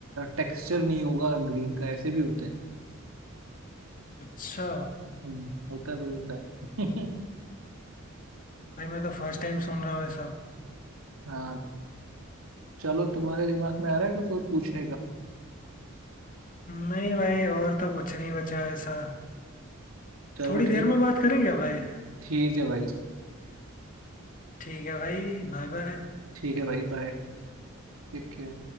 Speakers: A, on the right (about 85°); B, on the left (about 40°).
A: टेक्सचर नहीं होगा ग्रीन का ऐसे भी होते हैं
B: अच्छा
A: हम्म होता है भाई होता है
B: भाई मैं तो फर्स्ट टाइम सुन रहा हूँ ऐसा
A: <laughs> हाँ चलो तुम्हारे दिमाग में आ रहा है कुछ और पूछने का
B: नहीं भाई और तो कुछ नहीं बचा ऐसा
A: चलो
B: थोड़ी देर
A: ठीक
B: में बात करें क्या भाई
A: ठीक है भाई
B: ठीक है भाई बाय बाय
A: ठीक है भाई बाय Take care